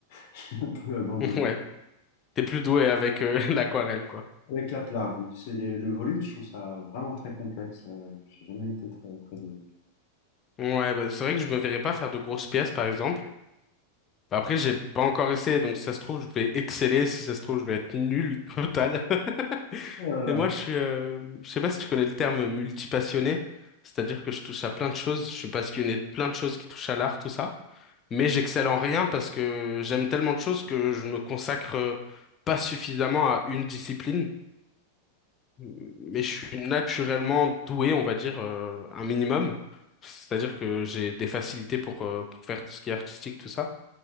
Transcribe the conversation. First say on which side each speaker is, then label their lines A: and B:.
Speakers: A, on the left; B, on the left.
A: <laughs> j'ai un peu abandonné.
B: <laughs> Ouais. T'es plus doué avec euh, <laughs> l'aquarelle, quoi.
A: Avec la plat, oui. C'est les- le volume, je trouve ça vraiment très complexe. Euh, j'ai jamais été très, très doué.
B: Ouais, bah, c'est vrai que je me verrais pas faire de grosses pièces, par exemple. Bah, après, j'ai pas encore essayé, donc si ça se trouve, je vais exceller. Si ça se trouve, je vais être nul total. <laughs>
A: Euh,
B: Et moi, je suis, euh, je sais pas si tu connais le terme multipassionné. C'est-à-dire que je touche à plein de choses. Je suis passionné de plein de choses qui touchent à l'art, tout ça. mais j'excelle en rien parce que j'aime tellement de choses que je me consacre euh, pas suffisamment à une discipline. Mais je suis naturellement doué, on va dire, euh, un minimum. C'est-à-dire que j'ai des facilités pour, euh, pour faire tout ce qui est artistique, tout ça.